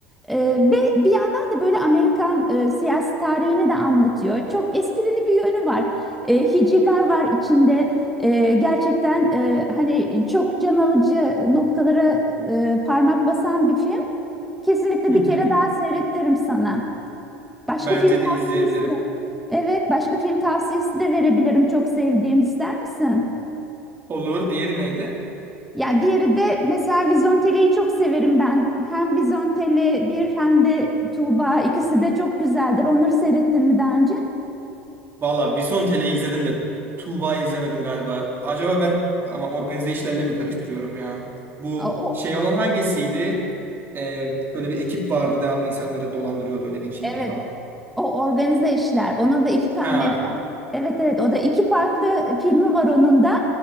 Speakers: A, in the centre; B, on the right.
A: E, ve bir yandan da böyle Amerikan e, siyasi tarihini de anlatıyor. Çok esprili bir yönü var. E, hicivler var içinde. E, gerçekten e, hani çok can alıcı noktalara e, parmak basan bir film. Kesinlikle
B: hı
A: bir
B: hı.
A: kere daha seyrettiririm sana. Başka
B: Bence
A: film tavsiyesi.
B: de izleyebilirim.
A: Evet, başka film tavsiyesi de verebilirim. Çok sevdiğim ister misin?
B: Olur. Diğeri neydi?
A: Yani diğeri de mesela Vizontele'yi çok severim ben. Hem Vizontele bir hem de Tuğba ikisi de çok güzeldir. Onları seyrettin mi daha önce?
B: Valla Vizontele'yi izledim de Tuğba'yı izlemedim galiba. Acaba ben ama organize işlerle mi karıştırıyorum ya? Bu
A: O, o-
B: şey olan hangisiydi? Ee, böyle bir ekip vardı devamlı insanları dolandırıyordu öyle geçiniyordu
A: evet
B: falan.
A: O organize işler. Onun da iki tane
B: Ha.
A: farklı. Evet evet o da iki farklı filmi var onun da.